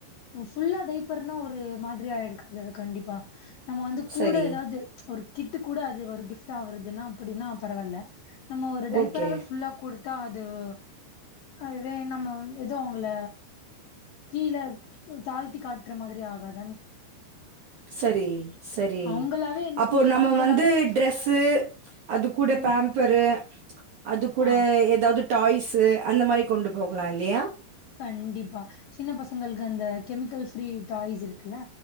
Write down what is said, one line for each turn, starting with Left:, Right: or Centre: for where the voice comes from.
Left: ஃபுல்லா டைப்பர்னா ஒரு மாதிரிய ஆயிருக்காது கண்டிப்பா நம்ம வந்து கூட
Right: சரி
Left: ஏதாவது ஒரு கிட்டு கூட அது ஒரு கிஃப்ட் வருதுன்னா அப்டின்னா பரவால்ல நம்ம ஒரு டைப்பராவே
Right: ஓகே
Left: ஃபுல்லா குடுத்தா அதுவு அதுவே நம்ம ஏதோ உங்கள கீழ தாழ்த்தி காட்டுற மாதிரி ஆகாதான்
Right: சரி சரி
Left: அவங்களாவே
Right: அப்போ
Left: நீ
Right: நம்ம
Left: அவங்களாவே
Right: வந்து ட்ரெஸ்சு அது கூட
Left: ம்
Right: பேம் ப்பரு அது கூட
Left: ஆ
Right: ஏதாவது டாய்ஸ்சு அந்த மாதிரி கொண்டு போகலாம் இல்லையா
Left: கண்டிப்பா சின்ன பசங்களுக்கு அந்த கெமிக்கல் ப்ரீ டாய்ஸ் இருக்குல்ல